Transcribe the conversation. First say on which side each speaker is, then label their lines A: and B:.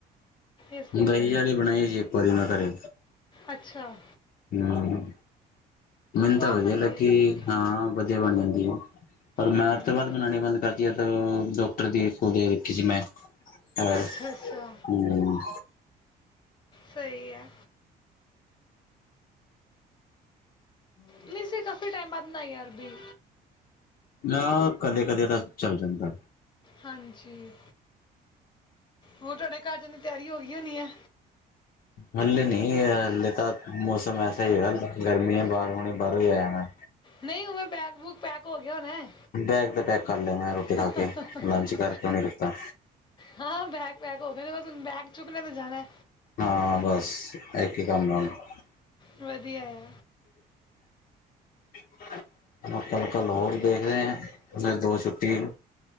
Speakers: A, on the left; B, on the left.
A: ਇਸ ਕਰਕੇ
B: ਹੀਂ ਵਾਲੀ ਬਣਾਈ ਸੀ ਇੱਕ ਵਾਰੀ ਮੈਂ ਘਰੇ।
A: ਅੱਛਾ।
B: ਹੂੰ, ਮੈਨ
A: ਸਵਾਦ
B: ਤਾਂ ਵਦੀਆ
A: ਬਣਦੀ
B: ਲੱਗੀ,
A: ਹੈ ਦਹੀਂ ਵਾਲੀ
B: ਹਾਂ, ਵਦੀਆ ਬਨ ਜਾਂਦੀ ਐ। ਪਰ
A: ਹੂੰ
B: ਮੈ ਅੱਜ ਤੋ ਬਾਦ ਬਣਾਣੀ ਬੰਦ ਕਰਦੀ ਆ ਤੇ ਡੋਕਟਰ ਦੀ ਖੁਦ ਹੀ ਰੱਖੀ ਸੀ ਮੈ। ਆ,
A: ਅੱਛਾ ਅੱਛਾ
B: ਹੂੰ।
A: ਸਹੀ ਐ। ਨਈ ਅਸੀੇ ਕਾਫੀ ਟਾਈਮ ਬਾਦ ਬਨਾਈ ਐ ਅਰਬੀ।
B: ਨਾ ਕਦੇ ਕਦੇ ਤਾ ਚੱਲ ਜਾਂਦਾ।
A: ਹਾਂਜੀ, ਹੋਰ ਤੋਆਡੇ ਕਰਦੇ ਦੀ ਤਿਆਰੀ ਹੋ ਗਈ ਹੋਨੀ ਐ।
B: ਹਲੇੇ ਨੀ, ਹਲੇੇ ਤਾਂ ਮੌਸਮ ਐਸਾ ਹੀ ਹੈਗਾ। ਗਰਮੀ ਐ ਬਾਰ ਹੋਣੇ ਬਾਰੋ ਹੀ ਆਇਆ ਮੈਂ।
A: ਨਈ, ਉਵੇਂ ਬੈਗ ਬੂਗ ਪੈਕ ਹੋ ਗਿਆ ਹੋਨਾ।
B: ਬੈਗ ਤੇ ਪੈਕ ਕਰ ਲਿਆ ਮੈਂ ਰੋਟੀ ਖਾ
A: <unintelligible>
B: ਕੇ ਲੰਚ ਕਰਕੇ ਉਹਨੇ ਕੀਤਾ
A: ਹਾਂ, ਬੈਗ ਪੈਗ ਹੋਗੇ ਨੇ ਬਸ ਹੁਨ ਬੈਗ ਚੁੱਕਨੇ ਤੇ ਜਾਣਾ।
B: ਹਾਂ ਬਸ, ਏਕ ਹੀ ਕੰਮ ਹੈ ਬਸ।
A: ਵਦੀਆ ਆ।
B: ਕ ਕੱਲ ਹੋਰ ਦੇਖਦੇ ਆ। ਫਿਰ ਦੋ ਛੁੱਟੀ,